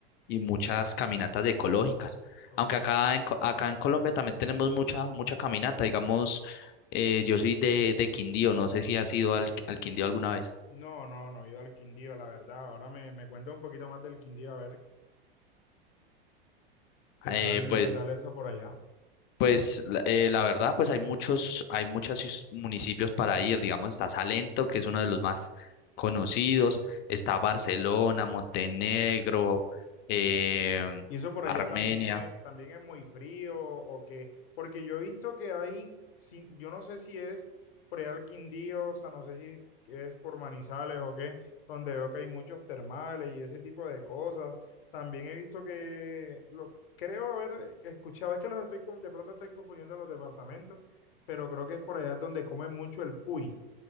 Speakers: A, on the left (about 35°); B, on the left (about 70°).
A: y muchas caminatas ecológicas.
B: Ok.
A: Aunque acá en, Co- acá en Colombia también tenemos mucha, mucha caminata. Digamos, eh, yo soy de, de Quindío, no sé si has ido al, al Quindío alguna vez.
B: No, no, no he ido al Quindío, la verdad. Ahora me, me cuenta un poquito más del Quindío, a ver qué
A: Eh,
B: tal,
A: pues,
B: qué tal eso por allá.
A: pues la eh, la verdad, pues hay muchos, hay muchos cius- municipios para ir. Digamos, está Salento, que es uno de los más conocidos. Está Barcelona, Montenegro, eh,
B: Y eso por
A: Armenia.
B: allá también es, también es muy frío o que, porque yo he visto que hay, si- yo no sé si es por allá el Quindío, o sea, no sé si es por Manizales o qué, donde veo que hay muchos termales y ese tipo de cosas. También he visto que, lo, creo haber escuchado, es que los estoy, con- de pronto estoy confundiendo los departamentos, pero creo que es por allá donde comen mucho el cuy.